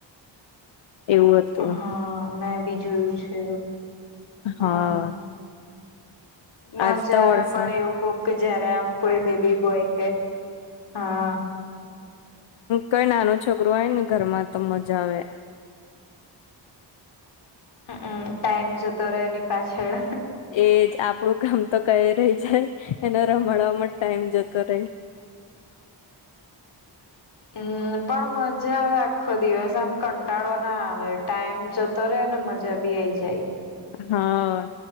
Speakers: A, on the left; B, on the left.
A: એવું હતું
B: હા મેં બી જોયું છે. હ
A: હા
B: મજા
A: આજ તો
B: આવે
A: વરસાદ
B: પણ એવું કોક કે જયારે આમ કોઈ બેબી બોય કે હા
A: કઈ નાનું છોકરું હોય ને ઘરમાં તો મજા આવે.
B: હ ટાઈમ જતો રહે એની પાછળ
A: એજ આપડું કામ તો કઈ રહી જાય એનો રમાડવા જ ટાઈમ જતો રહે.
B: હમ પણ મજા આવે આખો દિવસ આમ કંટાળો ના આવે ટાઈમ જત તરેને મજા બી આઈ જાય.
A: હા